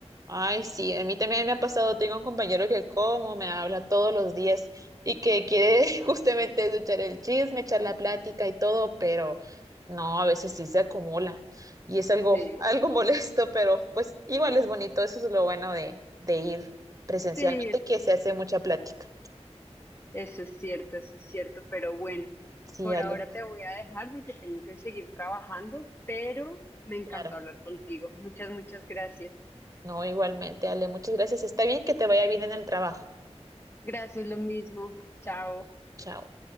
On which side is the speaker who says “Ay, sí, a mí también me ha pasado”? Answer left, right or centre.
Right